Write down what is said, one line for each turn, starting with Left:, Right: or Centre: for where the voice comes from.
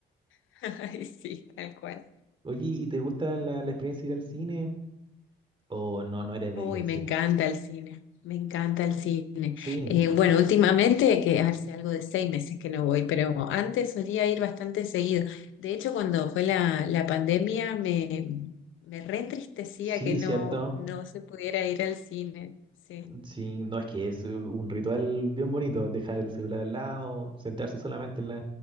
Left: <laughs> ay, sí, tal cual.
Right: Oye, ¿y te gusta la, la experiencia de ir al cine? ¿O no, no eres de
Left: Uy,
Right: ir al
Left: me
Right: cine?
Left: encanta el cine, me encanta el cine.
Right: Sí,
Left: Eh, bueno, últimamente, que hace algo de seis meses que no voy, pero antes solía ir bastante seguido. De hecho, cuando fue la, la pandemia, me, me reentristecía
Right: sí,
Left: que no,
Right: cierto.
Left: no se pudiera ir al cine. Sí.
Right: Sí, no es que es eh, un ritual bien bonito, dejar el celular al lado, sentarse solamente en la,